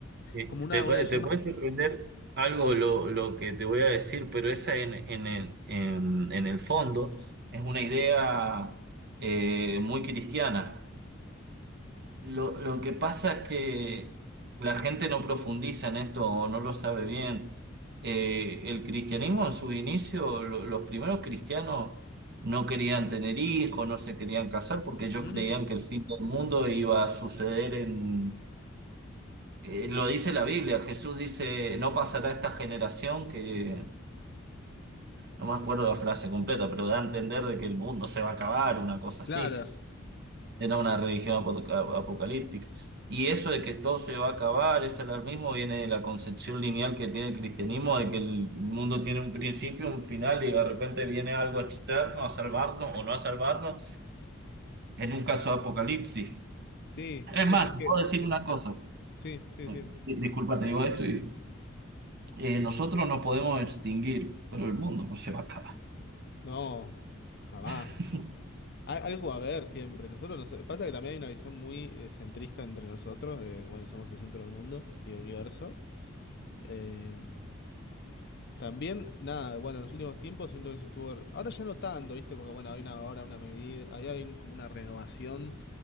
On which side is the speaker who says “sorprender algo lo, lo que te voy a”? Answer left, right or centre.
Right